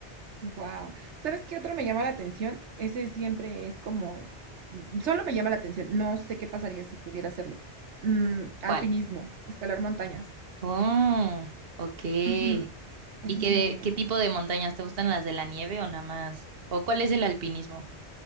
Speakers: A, on the right (about 85°); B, on the right (about 60°).
A: wow. ¿Sabes qué otro me llama la atención? Ese siempre es como, mm, solo me llama la atención, no sé qué pasaría si pudiera hacerlo. Mm, alpinismo,
B: ¿Cuál?
A: escalar montañas.
B: Oh, ok. ¿Y
A: Ujú, Ese
B: qué,
A: sí me...
B: qué tipo de montañas? ¿Te gustan las de la nieve o nada más? ¿O cuál es el alpinismo?